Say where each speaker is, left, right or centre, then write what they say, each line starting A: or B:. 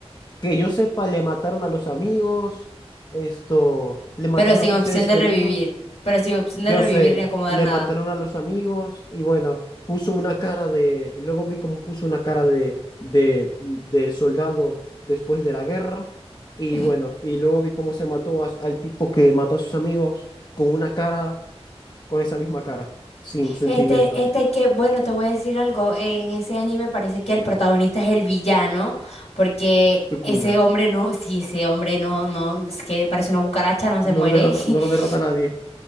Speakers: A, on the left; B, on the left.
A: que yo sepa, le mataron a los amigos, esto, le mataron
B: Pero sin
A: a sus
B: opción
A: seres
B: de
A: queridos.
B: revivir. Pero sin opción
A: Yo
B: de revivir
A: sé,
B: ni acomodar
A: le
B: nada.
A: mataron a los amigos y bueno, puso una cara de, luego vi cómo puso una cara de, de, de soldado después de la guerra. Y
B: <laughs>
A: bueno, y luego vi cómo se mató a- al tipo que mató a sus amigos con una cara con esa misma cara, sin sentimientos.
B: Este, este que, bueno, te voy a decir algo, en ese anime parece que el protagonista es el villano, porque
A: Sukuna.
B: ese hombre no, si ese hombre no, no, es que parece una cucaracha, no
A: No
B: se muere.
A: lo derrota,
B: <laughs>
A: no lo derrota nadie.